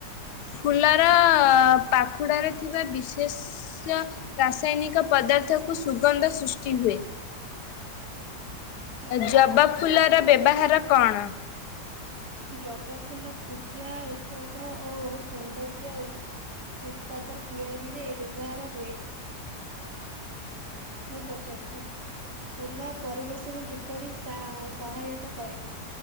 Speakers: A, on the left (about 70°); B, on the right (about 40°).
A: ଫୁଲର ପାଖୁଡାରେ ଥିବା ବିଶେସ୍ୟ ରାସାୟନିକ ପଦାର୍ଥ କୁ ସୁଗନ୍ଧ ସୃଷ୍ଟି ହୁଏ।
B: ଆଚ୍ଛା
A: ଜବା ଫୁଲର ବ୍ୟବହାର କଣ?
B: ଜବା ଫୁଲ ପୂଜା, ଔଷଧ ଓ ସୌନ୍ଦର୍ଯ୍ୟ ଉ ଉତ୍ପାଦ ତିଆରିରେ ବ୍ୟବହାର ହୁଏ। ମୁଁ ପଚାରୁଚି। ଫୁଲ ପରିବେଶକୁ କିପରି ସା ସହାୟତା କରେ?